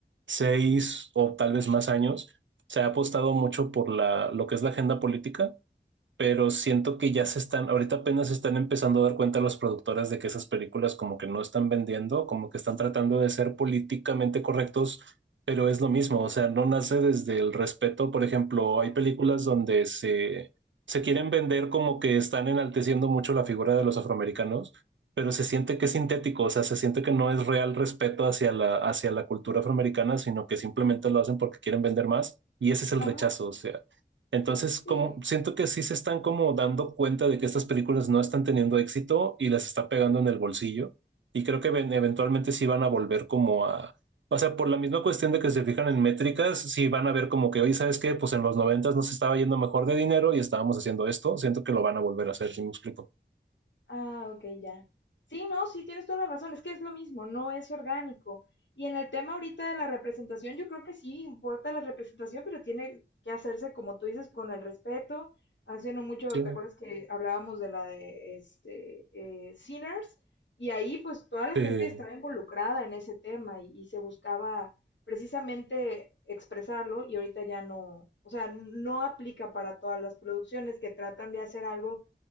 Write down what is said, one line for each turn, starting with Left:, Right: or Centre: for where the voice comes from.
Right: seis o tal vez más años, se ha apostado mucho por la, lo que es la agenda política pero siento que ya se están, ahorita apenas se están empezando a dar cuenta las productoras de que esas películas como que no están vendiendo, como que están tratando de ser políticamente correctos, pero es lo mismo, o sea, no nace desde el respeto. Por ejemplo,
Left: Exacto.
Right: hay películas donde se, se quieren vender como que están enalteciendo mucho la figura de los afroamericanos, pero se siente que es sintético, o sea, se siente que no es real respeto hacia la, hacia la cultura afroamericana, sino que simplemente lo hacen porque quieren vender más y ese es el
Left: Ajá,
Right: rechazo, o sea. Entonces, como,
Left: sí.
Right: siento que sí se están como dando cuenta de que estas películas no están teniendo éxito y las está pegando en el bolsillo. Y creo que ven- eventualmente sí van a volver como a... O sea, por la misma cuestión de que se fijan en métricas, sí van a ver como que, oye, ¿sabes qué? Pues en los noventas nos estaba yendo mejor de dinero y estábamos haciendo esto. Siento que lo van a volver a hacer, si me explico.
Left: Ah, ok, ya. Sí, no, sí, tienes toda la razón, es que es lo mismo, no es orgánico. Y en el tema ahorita de la representación, yo creo que sí importa la representación, pero tiene que hacerse, como tú dices, con el respeto. Hace no mucho,
Right: Sí.
Left: ¿te acuerdas que hablábamos de la de este, eh, Sinners? Y ahí pues toda la
Right: Sí.
Left: gente estaba involucrada en ese tema y, y se buscaba precisamente expresarlo y ahorita ya no, o sea, no aplica para todas las producciones que tratan de hacer algo